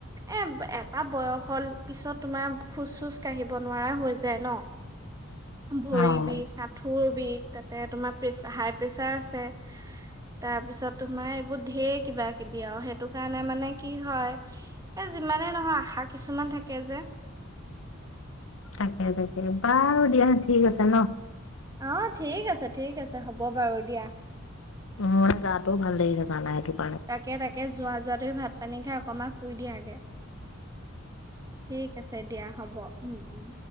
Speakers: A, on the right; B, on the left.
A: এ এটা বয়সৰ পিছত তোমাৰ খোজ-চোজ কাঢ়িব নোৱাৰা হৈ যায় ন। ভৰি
B: অ'
A: বিষ, আাঁঠুৰ বিষ, তাতে তোমাৰ প্ৰেচা হাই-প্ৰেচাৰ আছে। তাৰ পিছত তোমাৰ এইবোৰ ধেই কিবা-কিবি, আৰু সেইটো কাৰণে মানে কি হয় এই যিমানেই নহয় আশা কিছুমান থাকে যে।
B: তাকে তাকে, বাৰু দিয়া ঠিক আছে ন।
A: অ' ঠিক আছে, ঠিক আছে হ'ব বাৰু দিয়া।
B: মোৰ গাটোও ভাল লাগিছে জানাই <unintelligible>
A: তাকে তাকে, যোৱা যোৱা। তুমি ভাত পানী খাই অকমান শুই দিয়া গে। ঠিক আছে দিয়া হ'ব। উম! উম।